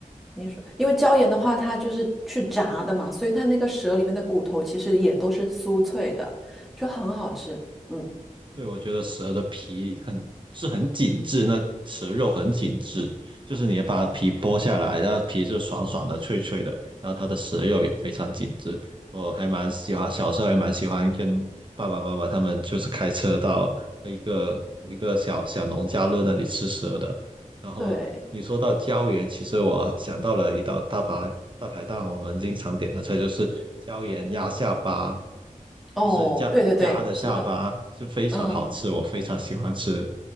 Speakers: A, in the centre; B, on the right (about 35°).
A: 你说，因为椒盐的话，它就是去炸的嘛，所以它那个蛇里面的骨头其实也都是酥脆的，就很好吃。嗯，
B: 对，我觉得蛇的皮很是很紧致，那蛇肉很紧致，就是你把皮剥下来，然后皮是爽爽的、脆脆的，然后它的蛇肉也非常紧致。我还蛮喜欢，小时候还蛮喜欢跟爸爸妈妈他们就是开车到一个一个小小农家乐那里吃蛇的。然后你说到椒盐，
A: 对，
B: 其实我想到了一道大排大排档，我们经常点的菜就是椒盐鸭下巴，
A: 哦，
B: 就是鸭鸭的下巴是非常好吃，
A: 对对对，是的，嗯，
B: 我非常喜欢吃。